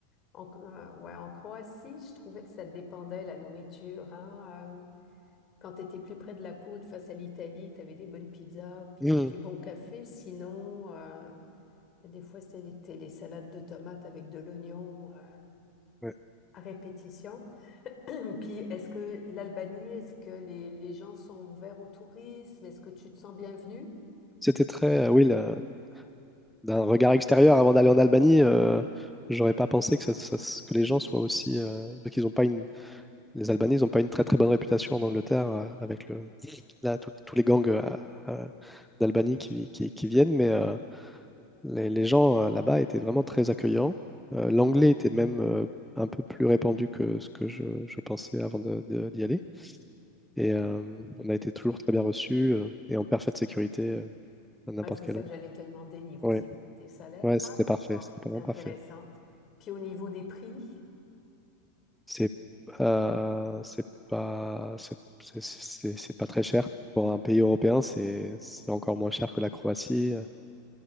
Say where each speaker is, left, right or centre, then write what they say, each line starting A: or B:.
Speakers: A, on the left (about 40°); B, in the centre.
A: En, euh, ouais, en Croatie, je trouvais que ça dépendait la nourriture, hein. euh, Quand tu étais plus près de la côte, face à l'Italie, tu avais des bonnes pizzas, puis
B: Mmh.
A: du bon café. Sinon, euh, des fois, c'était les salades de tomates avec de l'oignon euh,
B: Ouais.
A: à répétition. <clears throat> Puis, est-ce que l'Albanie, est-ce que les, les gens sont ouverts au tourisme? Est-ce que tu te sens bienvenue?
B: C'était très, euh, oui, la- d'un regard extérieur avant d'aller en Albanie, euh, j'aurais pas pensé que, ça- ça- que les gens soient aussi. euh, parce qu'ils ont pas une, les Albanais, ils n'ont pas une très très bonne réputation en Angleterre euh, avec le, là, tout- tous les gangs euh, euh, d'Albanie qui, qui, qui viennent, mais. euh, Les, les gens euh, là-bas étaient vraiment très accueillants. Euh, l'anglais était même euh, un peu plus répandu que ce que je, je pensais avant de- de- d'y aller. Et euh, on a été toujours très bien reçus euh, et en parfaite sécurité euh, à n'importe
A: Ouais, c'est
B: quelle
A: ça
B: heure.
A: que j'allais te demander, niveau
B: Ouais,
A: sécurité salaire.
B: ouais,
A: Ah,
B: c'était parfait.
A: d'accord,
B: C'était
A: c'est
B: vraiment
A: intéressant.
B: parfait.
A: Puis au niveau des prix,
B: C'est euh, c'est pas c'est c'est- c'est- c'est pas très cher. Pour un pays européen, c'est c'est encore moins cher que la Croatie.